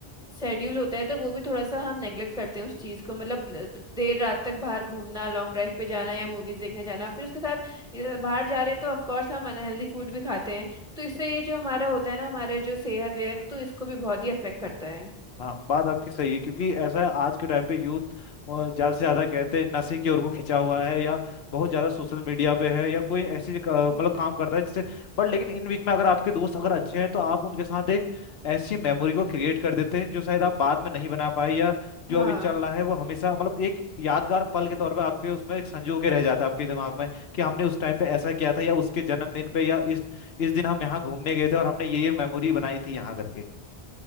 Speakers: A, in the centre; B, on the left (about 80°).
A: शेड्यूल होता है तो वो भी थोड़ा सा हम नेग्लेक्ट करते हैं उस चीज को मतलब ल- देर रात तक बाहर घूमना लॉन्ग ड्राइव पे जाना या मूवीज देखने जाना फिर उसके साथ ये बाहर जा रहे हैं तो ऑफ कोर्स हम अनहेल्दी फूड भी खाते हैं तो इससे ये जो हमारा होता है ना हमारे जो सेहत वेहत तो इसको भी बहुत ही अफेक्ट करता है
B: हाँ बात आपकी सही है क्योंकि ऐसा है आज के टाइम पे यूथ ज़्यादा से ज़्यादा कहते हैं नशे की ओर को खिंचा हुआ है या बहुत ज़्यादा सोशल मीडिया पे है या कोई ऐसी का-
A: हम्म
B: मतलब काम करता है जिससे बट लेकिन इन बीच में अगर आपके दोस्त अगर अच्छे हैं तो आप उनके साथ एक ऐसी मेमोरी को क्रिएट कर देते हैं जो शायद आप बाद में नहीं बना पाए या जो
A: हाँ
B: अभी चल रहा है वो हमेशा मतलब एक यादगार पल के तौर पे आपके उसमें एक संजो के रह जाता है आपके दिमाग में कि हमने उस टाइम पे ऐसा किया था या उसके जन्मदिन पे या इस इस दिन हम यहाँ घूमने गए थे और हमने ये ये मेमोरी बनाई थी यहाँ करके